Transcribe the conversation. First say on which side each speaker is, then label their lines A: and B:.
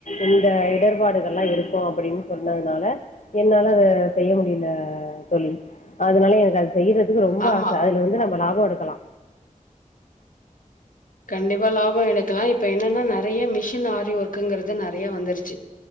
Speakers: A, on the left; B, on the left.
A: இந்த இடர் பாடுகல்லா இருக் ஓ அப்டின்னு சொன்னதுனால என்னால அத செய்ய முடியல தொழி அதனால எனக்கு அது செய்யறதுக்கு ரொம்ப
B: ஆமா
A: ஆச அதுல வந்து நம்ம லா போ எடுக்கலா
B: கண்டிப்பா லாபோ எடுக்கலா இப்ப என்னன்னா நறையா மிஷின் ஆரி ஒர்க்குங்கிறது நறையா வந்துருச்சு